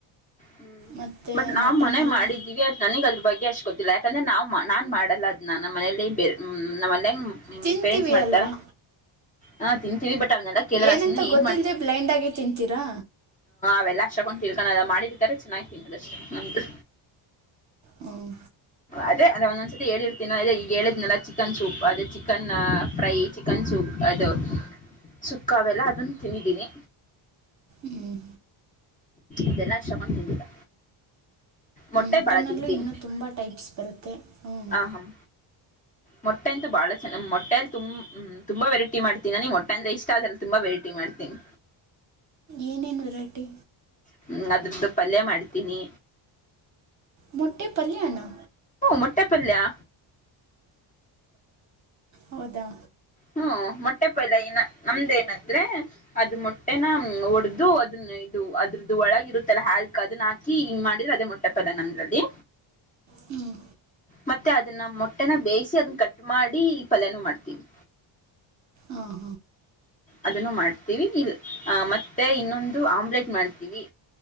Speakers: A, on the left; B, on the right.
A: ಹ್ಮ್
B: ಮತ್ತು
A: ಬಟ್ ನಾವ್
B: ಮಟನಲ್ಲಿ
A: ಮನೆಗ ಮಾಡಿದ್ದೀವಿ ಅ ನನಗ್ ಅದ್ರ ಬಗ್ಗೆ ಅಷ್ಟ್ ಗೊತ್ತಿಲ್ಲ ಯಾಕಂದ್ರೆ ನಾ ನಾನ್ ಮಾಡಲ್ಲ ಅದ್ ನ ಮನಲಿ <unintelligible> ನಮ್ಮ
B: ತಿಂತೀವಿ
A: ಪೇರೆಂಟ್ಸ್ ಮಾಡ್ತಾರ
B: ಅಲ್ವಾ
A: ಹ ತಿಂತೀವಿ ಬಟ್ <unintelligible> ಕೇಳಲ್ಲ
B: ಏನಂತ
A: ಸುಮ್ನೆ ಏನ್
B: ಗೊತ್ತಿಲ್ದೆೇ
A: ಮಾಡ್ತ
B: ಬ್ಲೈಂಡ್ ಆಗಿ ತಿನ್ತೀರಾ
A: ಅವೆಲ್ಲ ಹ <unintelligible> ಶಕೊಂಡಿರ್ಕಣ ಅದ ಮಾಡಿರ್ತಾರೆ ಚೆನ್ನಾಗ್ತನಿ ಅದಷ್ಟೇ ನಮ್ದು
B: ಹ್ಮ್
A: ಅದೇ ಅದ ಒಂದೊಂದ್ಸತಿ ಹೇಳಿರ್ತೀನ ಅ ಈಗ ಹೇಳಿದ್ನೆಲ್ಲ ಚಿಕನ್ ಸೂಪ್ ಅದೇ ಚಿಕನ್ ಫ್ರೈ ಚಿಕನ್ ಸೂಪ್ ಅದು ಸುಕ್ಕ ಅವೆಲ್ಲ ಅದನ್ನು ತನ್ನಿದ್ದೀನಿ
B: ಹ್ಮ್
A: ಇದೆಲ್ಲಾ ಶ್ರಮ ತಿಂದಿಲ್ಲ ಮೊಟ್ಟೆ
B: ಮಟನ್
A: ಬಾಳ ತಿಂತೀನಿ
B: ಅಲ್ಲೂ ಇನ್ನುೂ ತುಂಬಾ ಟೈಪ್ಸ್ ಬರುತ್ತೆ ಹ್ಮ್
A: ಆ ಹಾ ಮೊಟ್ಟೆ ಅಂತೂ ಬಾಳ ಚ ಮೊಟ್ಟೆಲಿ ತುಂಬ ಹ್ಮ ತುಂಬಾ ವೆರೈಟಿ ಮಾಡ್ತೀನಿ ನನಗ್ ಒಟ್ಟೆ ಅಂದ್ರೆ ಇಷ್ಟ ಆದ್ರೆ ತುಂಬಾ ವೆರೈಟಿ ಮಾಡ್ತೀನಿ
B: ಏನೇನು ವೆರೈಟಿ
A: ಹ್ಮ್ ಅದ್ರದ್ದು ಪಲ್ಯ ಮಾಡ್ತೀನಿ
B: ಮೊಟ್ಟೆ ಪಲ್ಯನಾ
A: ಮುಟ್ಟೆ ಪಲ್ಯ <unintelligible>
B: ಹೌದಾ
A: ಹ್ಞೂ ಮೊಟ್ಟೆ ಪಲ್ಯನ ನಮ್ದೇಏನಂದ್ರೆ ಅದ ಮೊಟ್ಟೆನ ಒಡ್ದು ಅದನ್ನ ಇದು ಅದ್ರದ್ದು ಒಳಗ ಇರುತ್ತಲ್ಲಾ ಹಾಲ್ಕ್ ಅದನ್ನ ಹಾಕಿ ಹಿಂಗ್ ಮಾಡಿದ್ರ ಅದೇ ಮೊಟ್ಟೆ ಅಲ್ಲ ನಮ್ರಲ್ಲಿ
B: ಹ್ಮ್
A: ಮತ್ತೆ ಅದನ್ನ ಮೊಟ್ಟೆನ ಬೇಯಿಸಿ ಅದನ್ನ ಕಟ್ ಮಾಡಿ ಈ ಪಲ್ಯಾನ ಮಾಡ್ತೀವಿ
B: ಹಾ
A: ಅದನ್ನು ಮಾಡ್ತೀವಿ ಇಲ್ ಆ ಮತ್ತೆ ಮತ್ತೆ ಇನ್ನೊಂದು ಆಮ್ಲೆಟ್ ಮಾಡ್ತೀವಿ